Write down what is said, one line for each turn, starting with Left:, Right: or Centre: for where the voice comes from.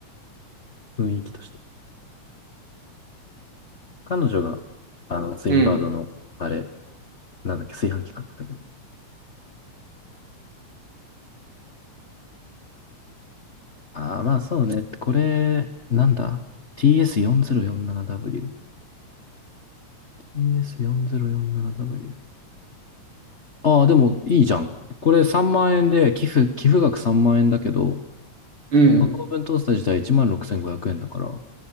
Left: 雰囲気として。彼女が、あの、ツインバードの、
Right: うん。
Left: あれ、なんだっけ、炊飯器買ってたけど。ああ、まあそうね。これ、なんだ ?TS4047W。TS4047W。ああ、でもいいじゃん。これ3万円で、寄付、寄付額3万円だけど、
Right: うん。
Left: このオーブントースター自体16,500円だから、